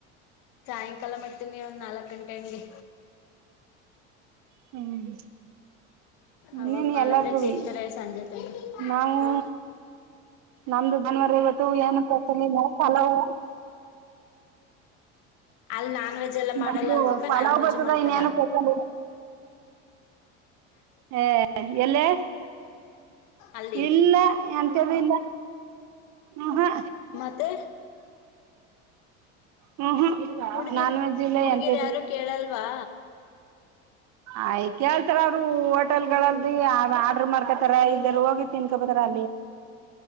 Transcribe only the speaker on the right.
ಹ್ಮ್ ಇನ್ನೇನು
ಎಲ್ಲಾರ್ಗೂ
ಬಿ
ನಾವು
ನಮ್ದು ಬಾನುವಾರ ಇವತ್ತು ಏನು ಪ್ರಥನಿಲ್ಲ ಪಲಾವು
ನಮ್ದು
ಪಲಾವ್
ಬರ್ತದ
ಇನ್ನೇನು ಸ್ಪೆಷಲ್ ಇಲ್ಲ ಹ ಎಲ್ಲೇ
ಇಲ್ಲಾ ಎಂತದುಇಲಾ ಹ ಹ
ಹ ಹ ಇ
ನಾನ್ ವೆಜ್ ಇಲ್ಲ
ಎಂತದು
ಇಲಾ
ಆಯ್ತ್ ಕೇಳ್ತಾರ ಅವರು ಹೋಟೆಲ್ ಲ್ ಆಡ್ರರ್ ಮಾಡ್ಕೊತಾರ ಇಲ್ದಾರ ಹೋಗಿ ತಿನ್ಕೋ ಬರ್ತಾರ